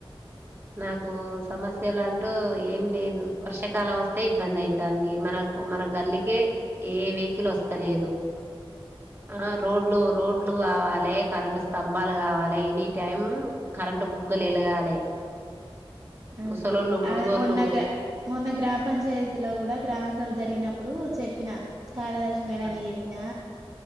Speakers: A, on the right; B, on the right.
A: నాకు సమస్యలు అంటూ ఏం లేదు వర్షాకాలం వస్తే ఇబ్బంది ఐతంది మనకు మన గల్లి ఎ ఏ వెహికల్ ఒస్త లేదు ఆ రోడ్లు రోడ్లు గావాలె కరెంటు స్తంభాలు గావాలె ఎనీ టైం కరెంటు బుగ్గలు ఎలగాలి
B: ఆ
A: ముసలోళ్ళు ముడుగోళ్ళు
B: అది మొన్న గ మొన్న గ్రామ పంచాయతీలో కూడా గ్రామ సభ జర్ తినప్పుడు చెప్పిన కార్యదర్శనం అయినని
A: ఆ,
B: చెప్పినా